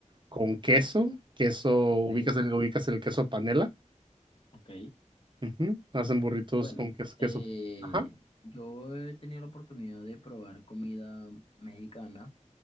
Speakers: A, on the right (about 35°); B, on the left (about 45°).
A: con queso, queso,
B: Ok,
A: ubicas el, ubicas el queso panela.
B: ok.
A: Ujú. Hacen burritos
B: Bueno,
A: con queso, queso.
B: eh,
A: Ajá.
B: yo he tenido la oportunidad de probar comida mexicana